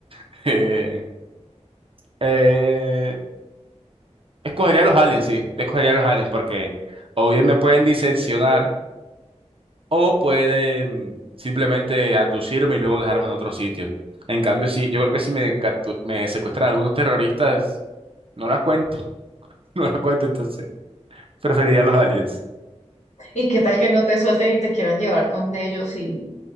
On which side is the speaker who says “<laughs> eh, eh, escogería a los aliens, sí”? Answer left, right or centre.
Right